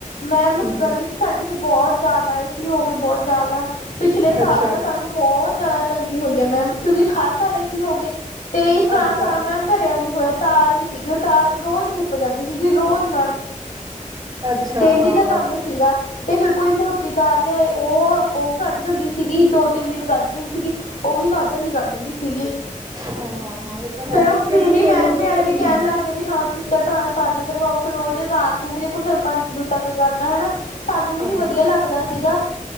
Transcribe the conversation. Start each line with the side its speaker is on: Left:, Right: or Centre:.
Left: ਮੈਮ
Right: ਹਮ
Left: ਗਲੀ ਚ ਸਾਡੀ ਚ ਬੋਹ ਜ਼ਾਦਾ ਏ ਸੀ ਹੋ ਗਏ ਬੋਹ ਜ਼ਾਦਾ। ਪਿਛਲੇ
Right: ਹਮ
Left: ਸਾਲ
Right: ਅੱਛਾ
Left: ਤਾਂ ਸਾਨੂੰ ਬੋਹਤ ਜਾਦਾ ਤੰਗੀ ਹੋਈ ਐ ਮੈਮ ਕਿਉਂਕਿ ਹਰ ਘਰ ਏਸੀ ਹੋ ਗਏ ਤੇ ਟਰਾਂਸਫਾਰਮ
Right: ਅੱਛਾ
Left: ਮੈਮ ਧਰਿਆ ਨਈਂ ਹੋਇਆ ਤਾਰ ਈ ਸੀਗੀ ਓ ਤਾਰ ਰੋਜ ਫੁਕ ਜਾਂਦੀ ਸੀਗੀ ਰੋਜ ਮੈਮ।
Right: ਅੱਛਾ
Left: ਡੇਲੀ
Right: ਹਾਂ
Left: ਦਾ ਕੰਮ ਸੀਗਾ। ਤੇ ਫਿਰ ਕੋਈ ਮੋਟੀ ਤਾਰ ਲਿਆਏ ਓਹ ਓ ਕੱਢ ਦਿੰਦੀ ਸੀਗੀ ਦੋ ਤਿੰਨ ਦਿਨ ਕੱਢ ਦਿੰਦੀ ਸੀਗੀ। ਓਹ ਵੀ ਵੱਦ ਵੱਦ ਨੀ ਕੱਢਦੀ ਸੀਗੀ,
Right: ਹਾਂ ਹਾਂ ਹਾਂ ਇਹ ਤਾਂ ਹੈ
Left: ਫਿਰ ਓਹ
Right: ਕਿਉਂਕਿ
Left: ਬਿਜਲੀ
Right: ਲੋੜ
Left: ਮਹਿਕਮੇ
Right: ਹੀ
Left: ਆਲੇ ਵੀ ਕੈਣ
Right: ਹਾਂ
Left: ਲਾਗ ਗੇ ਵੀ ਹਾਂ ਤੁਸੀਂ ਤਾਂ ਟਰਾਂਸਫਾਰਮਰ ਈ ਧਰਵਾਓ ਫਿਰ ਰੋਜ਼ ਰਾਤ ਨੂੰ ਵੀ ਦੇਖੋ ਸਰਪੰਚ ਨੂੰ ਤੰਗ ਕਰਨਾ ਹਨਾ। ਸਾਨੂੰ ਵੀ
Right: ਹਾਂਜੀ
Left: ਨੀ ਵਦੀਆ ਲੱਗਦਾ ਸੀਗਾ।